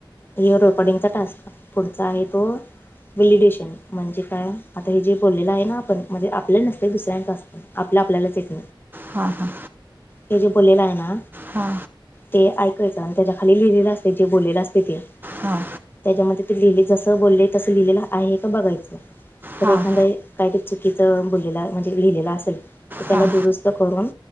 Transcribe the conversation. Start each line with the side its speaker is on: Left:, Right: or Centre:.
Left: ह्यो रेकॉर्डिंगचा टास्क पुढचा आहे तो वॅलिडेशन म्हणजे काय आता हे जे बोललेलं आहे ना आपण म्हणजे आपल नसतय दुसऱ्यांचं असतं. आपलं आपल्यालाच येत.
Right: हा हा.
Left: हे जे बोललेलं आहे ना.
Right: हा.
Left: ते ऐकायचं आणि त्याच्या खाली लिहिलेलं असतय जे बोललेलं असतय ते
Right: हा.
Left: त्याच्यामध्ये ते लिहिल जसं बोललेल तसं लिहिलेलं आहे का बघायचं. तर
Right: हां
Left: एखादं काहीतरी चुकीचं बोललेलं म्हणजे लिहिलेल असेल तर त्याला
Right: हां
Left: दुरुस्त करून